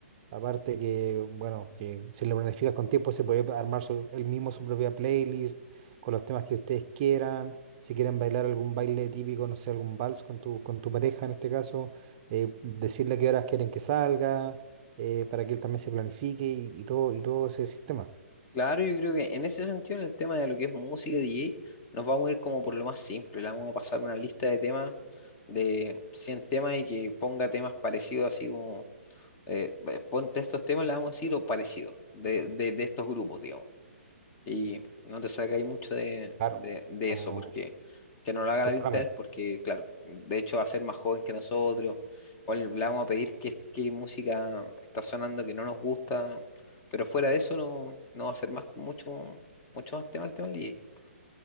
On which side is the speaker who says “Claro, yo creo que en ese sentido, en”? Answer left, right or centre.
Left